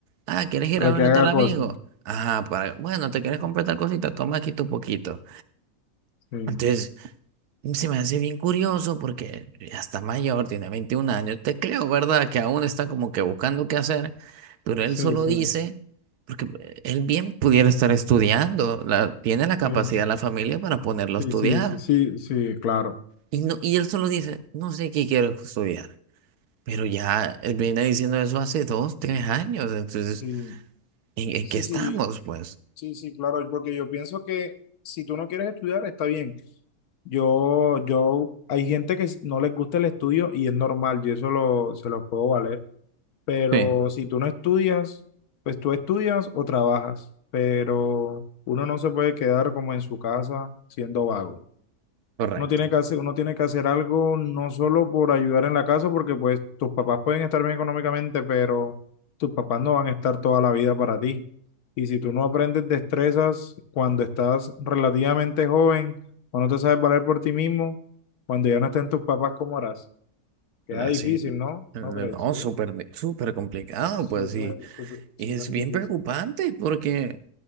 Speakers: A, on the right; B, on the left.
A: ah, ¿quieres ir
B: para
A: a ver
B: que haga
A: a tal amigo?
B: cosas.
A: Ajá, para, bueno, te quieres comprar tal cosita, toma aquí tu poquito.
B: Sí,
A: Entonces, se me hace bien curioso porque ya está mayor, tiene 21 años. Te creo, ¿verdad? Que aún está como que buscando qué hacer, pero
B: sí,
A: él solo
B: sí,
A: dice, porque eh, él bien pudiera estar estudiando, la, tiene la
B: sí,
A: capacidad la familia para ponerlo a
B: sí,
A: estudiar.
B: sí, sí, sí, sí, claro.
A: Y, no, y él solo dice, no sé qué quiero estudiar, pero ya él viene diciendo eso hace dos, tres años. Entonces,
B: Sí,
A: ¿en, en
B: sí,
A: qué estamos,
B: sí,
A: pues?
B: sí, sí, claro, porque yo pienso que si tú no quieres estudiar, está bien. Yo, yo, hay gente que no les gusta el estudio y es normal, yo eso lo, se lo puedo valer. pero
A: Sí.
B: si tú no estudias, pues tú estudias o trabajas, pero uno no se puede quedar como en su casa siendo vago.
A: Correcto.
B: Uno tiene que hacer, uno tiene que hacer algo no solo por ayudar en la casa, porque pues tus papás pueden estar bien económicamente, pero tus papás no van a estar toda la vida para ti. Y si tú no aprendes destrezas cuando estás relativamente joven o no te sabes valer por ti mismo, cuando ya no estén tus papás, ¿cómo harás? Queda
A: Así.
B: difícil,
A: eh,
B: ¿no?
A: No,
B: ¿No crees? Sí.
A: súper, súper complicado,
B: Súper,
A: pues sí.
B: súper, súper
A: Y es bien
B: difícil.
A: preocupante porque,